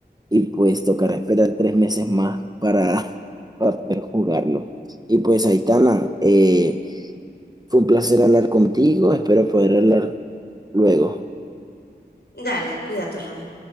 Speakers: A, on the right (about 20°); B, on the left (about 70°).
A: Y pues tocará esperar tres meses más para <laughs> poder jugarlo. Y pues Aitana, eh, fue un placer hablar contigo, espero poder hablar luego.
B: dale, cuídate, Ronnie.